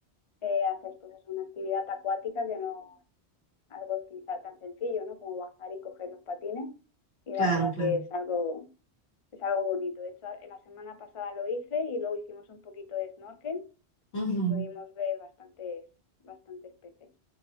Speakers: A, on the left (about 45°); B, on the left (about 75°).
A: eh, haces pues es una actividad acuática que no es algo quizá tan sencillo, ¿no? Como bajar y coger los patines y
B: Claro,
A: la verdad
B: claro.
A: que es algo es algo bonito. De hecho, la semana pasada lo hice y luego hicimos un poquito de snorkel
B: Ujú.
A: y pudimos ver bastantes bastantes peces.